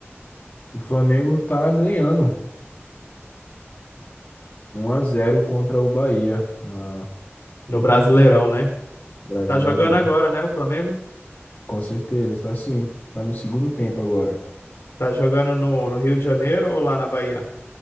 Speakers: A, on the left; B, on the left.
A: o Flamengo tá ganhando 1 a 0 contra o Bahia na
B: No Brasileirão, né?
A: Brasileirão.
B: Tá jogando agora, né? O Flamengo
A: Com certeza, tá sim. Tá no segundo tempo agora.
B: tá jogando no, no Rio de Janeiro ou lá na Bahia?